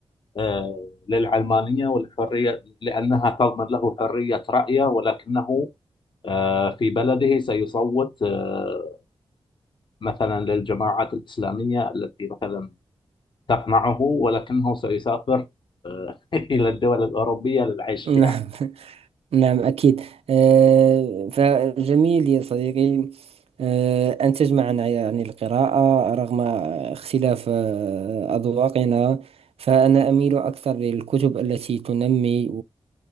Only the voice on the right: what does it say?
نعم
<laughs> نعم أكيد آه، فجميل يا صديقي آه، أن تجمعنا يعني القراءة رغم اختلاف آه، أذواقنا فأنا أميل أكثر للكتب التي تنمي